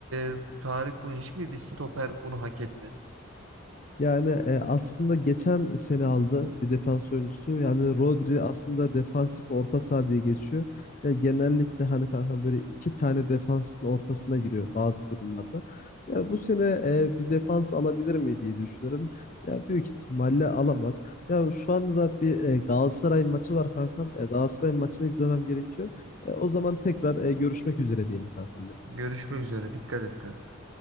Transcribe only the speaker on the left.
Yani e, aslında geçen sene aldı bir defans oyuncusu. Yani Rodri aslında defansif orta saha diye geçiyor. Ya genellikle hani kanka böyle iki tane defansın ortasına giriyor bazı durumlarda. Yani bu sene e, bir defans alabilir mi diye düşünüyorum. Ya büyük ihtimalle alamaz. Ya şu anda da bir e, Galatasaray maçı var kankam. E, Galatasaray maçını izlemem gerekiyor. E, o zaman tekrar e, görüşmek üzere diyelim kankam. benim.